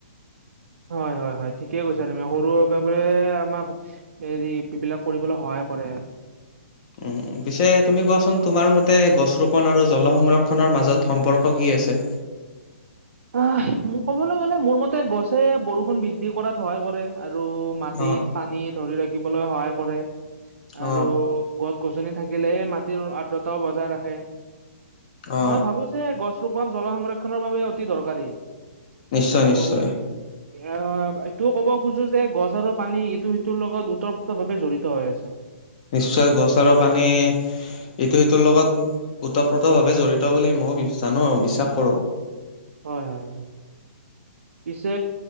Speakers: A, on the right; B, on the left.
A: হয় হয় হয় ঠিকে কৈছা তমি সৰু বাবে বোৰে আমাক হেৰি এইবিলাক কৰিবলৈ সহায়- কৰে।
B: উম পিছে তুমি কোৱাচোন তোমাৰ মতে গছ ৰোপন আৰু জ- জল -সংৰক্ষণৰ মাজত সম্পূৰ্ণ কি আছে?
A: আহ মোক ক'বলৈ গ'লে মোৰ মতে গছে বৰষুণ বৃদ্ধি কৰাত সহায় কৰে- আৰু মাটিত
B: অ
A: পানী ধৰি ৰাখিবলৈ সহায় কৰে আৰু
B: অ
A: গছ- গছনি থাকিলেই মাটিৰ আৰ্দ্ৰতাও বজাই ৰাখে-
B: অ
A: মই ভাবোঁ যে গছ ৰোপন জল সংৰক্ষনৰৰ বাবে অতি দৰকাৰী-
B: নিশ্চয়
A: আৰু
B: নিশ্চয়
A: এ তটো ক'ব খোজো যে গছ আৰু পানী ইটো সিটোৰ লগত উত্তৰপ্ৰত ভাৱে জড়িত হৈ আছে
B: নিশ্চয় গছ আৰু পানী এইটো সিটোৰ লগত ওতঃপ্ৰোতভাৱে জড়িত বুলি মই জানো আৰু বিশ্বাস কৰো
A: হয় হয় পিছে